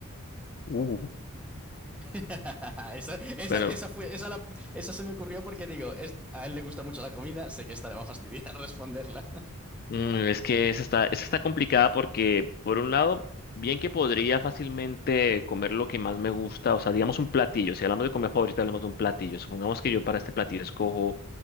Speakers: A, on the left; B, in the centre.
A: Uh,
B: <laughs> Esa, esa,
A: Bueno,
B: esa fue, esa, la- esa se me ocurrió porque digo, es- a él le gusta mucho la comida, sé que esta le va a fastidiar <laughs> responderla.
A: mm, es que esa está, esa está complicada porque, por un lado, bien que podría fácilmente comer lo que más me gusta, o sea, digamos un platillo, si hablamos de comida favorita, hablamos de un platillo. Supongamos que yo para este platillo escojo